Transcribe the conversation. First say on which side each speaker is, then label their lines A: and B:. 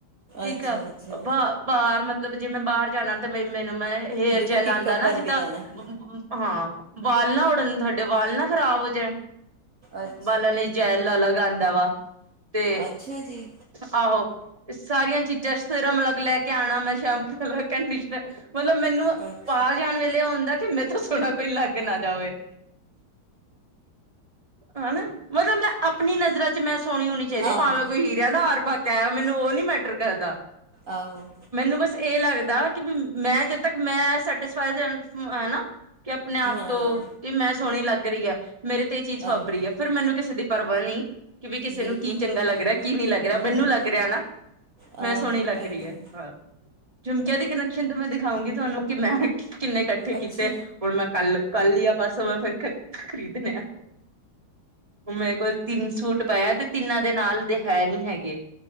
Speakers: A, on the right; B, on the right.
A: ਠੀਕ
B: ਅੱਛਾ
A: ਆ
B: ਅੱਛਾ
A: ਬ ਬਾਹਰ ਮਤ ਮਤਲਬ ਜੇ ਮੈਂ ਬਾਹਰ ਜਾਣਾ ਤੇ ਮੈਂ ਮੈਨੂੰ ਮੈਂ ਹੇਅਰ
B: ਬਿਲਕੁਲ
A: ਜੈਲ
B: ਟਿਪ
A: ਆਉਂਦਾ
B: ਟੋਪ
A: ਨਾ
B: ਬਣ
A: ਜਿੱਦਾਂ
B: ਕੇ ਜਾਣਾ ਹੈ।
A: ਹਾਂ। ਵਾਲ ਨਾ ਉੱੜਨ ਤੁਹਾਡੇ ਵਾਲ ਨਾ ਖਰਾਬ ਹੋ ਜਾਏ।
B: ਅੱ
A: ਵਾਲਾ ਲਈ ਜੈਲ ਅਲਗ ਆਂਦਾ। ਵਾਹ ਤੇ
B: ਅੱਛਾ ਜੀ
A: ਆਹੋ ਸਾਰੀਆਂ ਚੀਜ਼ਾਂ ਸਿਰਮ ਅਲੱਗ ਲੈ ਕੇ ਆਉਣਾ ਮੈਂ ਸ਼ੈਂਪੂ ਅਲਗ ਕੰਡੀਸ਼ਨਰ ਮਤਲਬ ਮੈਨੂੰ
B: ਅੱਛਾ
A: ਬਾਹਰ ਜਾਣ ਵੇਲੇ ਓਦਾ ਕਿ ਮੇ ਤੋਂ ਸੋਣਾ ਕੋਈ ਲੱਗ ਨਾ ਜਾਵੇ ਹਨਾ ਮਤਲਬ ਮੈਂ ਆਪਣੀ ਨਜ਼ਰਾਂ ਚ ਮੈਂ ਸੋਹਣੀ ਹੋਣੀ ਚਾਹੀਦੀ
B: ਆਹੋ
A: ਭਾਵੇਂ ਕੋਈ ਹੀਰਿਆ ਦਾ ਹਾਰ ਪਾ ਕੇ ਟੈਮ ਮੈਨੂੰ ਉਹ ਨੀ ਮੈਟਰ ਕਰਦਾ
B: ਆਹੋ
A: ਮੈਨੂੰ ਬਸ ਇਹ ਲੱਗ ਕਿ ਮੈਂ <unintelligible> ਤ <unintelligible> ਮੈਂ ਸੈਟ ਫਾਈ ਹਨਾ ਕਿ ਆਪਣੇ ਆਪ
B: ਹਾਂ
A: ਤੋਂ ਕਿ ਮੈਂ ਸੋਹਣੀ ਲੱਗ ਰਹੀ ਆ ਮੇਰੇ ਤੇ ਇਹ ਚੀਜ਼ ਫ
B: ਆਹੋ
A: ਹੈ ਫਿਰ ਮੈਨੂੰ ਕਿਸੇ ਦੀ ਪਰਵਾਹ ਨਹੀਂ ਕਿ ਵੀ ਕਿਸੇ
B: ਬਿਲਕੁਲ
A: ਨੂੰ ਕੀ ਚੰਗਾ ਲੱਗ ਰਿਹਾ ਕੀ ਨਹੀਂ ਲੱਗ ਰਿਹਾ
B: ਆਓ
A: ਮੈਨੂੰ ਲੱਗ ਰਿਹਾ ਨਾ
B: ਆ
A: ਮੈਂ ਸੋਹਣੀ ਲੱਗ
B: ਇਹ
A: ਰਹੀ
B: ਤੇ
A: ਹੈ ਹਾਂ ਝੁਮਕਿਆਂ ਦੇ ਕਨੈਕਸ਼ਨ ਤੋਂ ਮੈਂ ਦਿਖਾਂਉਗੀ ਤੁਹਾਨੂੰ ਕਿ ਮੈਂ ਕਿੰਨੇ ਇਕੱਠੇ ਕੀਤੇ
B: ਅੱਛਾ
A: ਹੁਣ ਮੈਂ ਕੱਲ ਕੱਲ ਯਾ ਪਰਸੋ ਮੈਂ ਫੇਰ ਖਰੀਦਨੇ ਆ। ਮੇਰੇ ਕੋਲ ਤਿੰਨ ਸੂਟ ਪਏ ਤੇ ਤਿੰਨਾਂ ਦੇ ਨਾਲ ਤੇ ਹੈ ਨਹੀ ਹੈਗੇ।